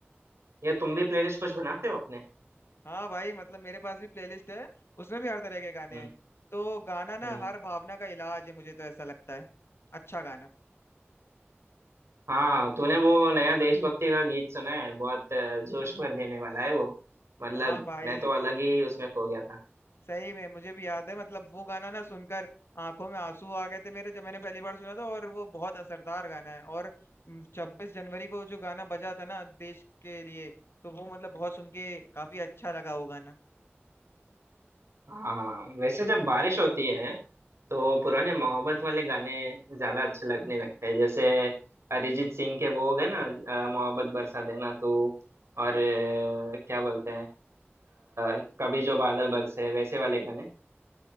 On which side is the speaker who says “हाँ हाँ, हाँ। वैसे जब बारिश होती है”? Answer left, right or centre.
Right